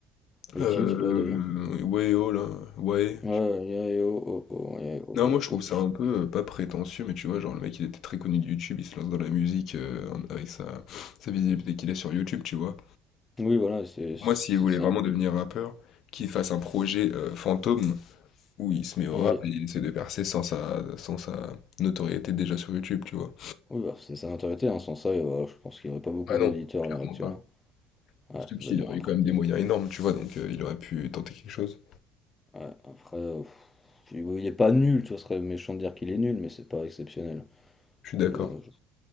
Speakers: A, on the left; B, on the left.
A: le
B: Euh,
A: titre, là, d'ailleurs.
B: ouais, oh là, ouais.
A: Ouais,
B: je-
A: yeah, yeah, oh, oh, oh, yeah, oh,
B: Non, moi je trouve
A: oh.
B: ça un peu euh, pas prétentieux, mais tu vois, genre le mec il était très connu de YouTube, il se lance dans la musique euh, avec sa, sa visibilité qu'il a sur YouTube, tu vois.
A: Oui, voilà, c'est c'est
B: Moi, s'il voulait
A: ça.
B: vraiment devenir rappeur, qu'il fasse un projet euh, fantôme où il se met au
A: Oui,
B: rap et il essaie de percer sans sa, sans sa notoriété déjà sur YouTube, tu vois.
A: oui bah, c'est sa notoriété, hein. Sans ça, euh, voilà, je pense qu'il n'y aurait pas beaucoup
B: Ah
A: d'auditeurs
B: non, clairement
A: à l'heure actuelle.
B: pas.
A: hein.
B: Surtout
A: Ouais,
B: qu'il
A: mais bon,
B: aurait
A: après.
B: eu quand même des moyens énormes, tu vois, donc euh, il aurait pu tenter quelque chose.
A: Ouais, après, euh, pff, puis, bon, il est pas nul, tu vois, ce serait méchant de dire qu'il est nul, mais c'est pas exceptionnel,
B: Je suis d'accord.
A: je, je-